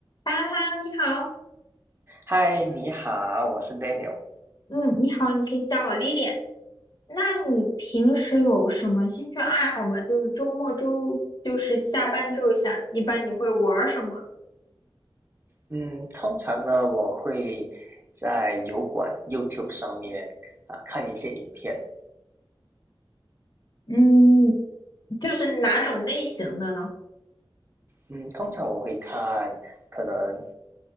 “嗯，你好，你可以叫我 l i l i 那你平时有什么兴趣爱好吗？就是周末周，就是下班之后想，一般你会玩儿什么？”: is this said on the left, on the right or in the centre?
Left